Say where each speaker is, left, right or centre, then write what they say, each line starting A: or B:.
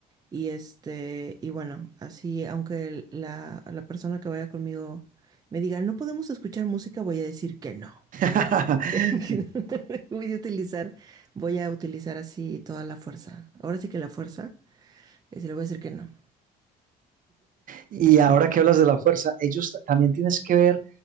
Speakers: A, on the right (about 25°); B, on the right (about 50°).
A: Y este, y bueno, así, aunque el- la, la persona que vaya conmigo me diga, no podemos escuchar música, voy a decir que no.
B: <laughs>
A: <laughs> que voy a utilizar, voy a utilizar así toda la fuerza. Ahora sí que la fuerza, eh, sí le voy a decir que no.
B: Y ahora que hablas de la fuerza, ellos ta- también tienes que ver